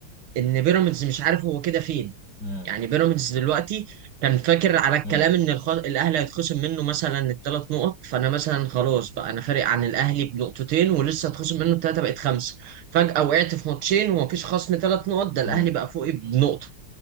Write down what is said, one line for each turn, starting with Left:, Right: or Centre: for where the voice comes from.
Right: ان بيراميدز مش عارف هو كده فين
Left: امم
Right: يعني بيراميدز دلوقتي كان فاكر على الكلام
Left: امم
Right: ان الخ... الاهلي هيتخصم منه مثلا الثلاث نقط فانا مثلا خلاص بقى انا فارق عن الاهلي بنقطتين ولسه هتخصم منه الثلاثه بقت خمسه فجاه وقعت في ماتشين ومفيش خصم ثلاث نقط ده الاهلي
Left: امم
Right: بقى فوقي بنقطه